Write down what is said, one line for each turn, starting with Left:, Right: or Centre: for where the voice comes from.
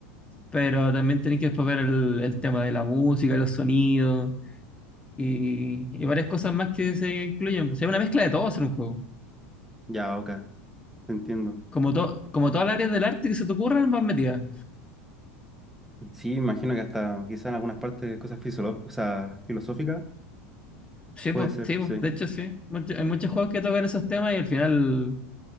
Left: Pero también tenéis que después ver el, el tema de la música, los sonidos y, y varias cosas más que se incluyen. O sea, una mezcla de todo hacer un juego.
Centre: ya, ok, te entiendo.
Left: Como, to- como todas las áreas del arte que se te ocurran, vas metida.
Centre: Sí, imagino que hasta quizá en algunas partes cosas fisiolo- o sea, filosóficas
Left: Sí,
Centre: Puede
Left: pues,
Centre: ser,
Left: sí, po.
Centre: sí.
Left: De hecho, sí. Mucho- hay muchos juegos que tocan esos temas y al final